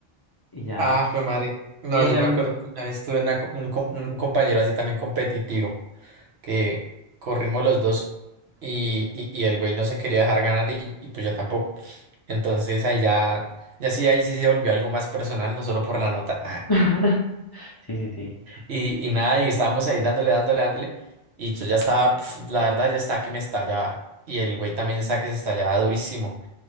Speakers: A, on the left; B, on the right.
A: Y ya.
B: Ah, fue madre. No,
A: Y en
B: yo
A: el...
B: me acuerdo que una vez tuve una co- un, com- un compañero así también competitivo, que corrimos los dos y, y, y el güey no se quería dejar ganar y, y pues yo tampoco. Entonces ahí ya, ya sí, ahí sí se volvió algo más personal, no solo por la nota.
A: <laughs> Sí, sí, sí.
B: Y, y nada, y estábamos ahí dándole, dándole, dándole. Y yo ya estaba, pf, la verdad, ya estaba que me estallaba. Y el güey también estaba que se estallaba durísimo.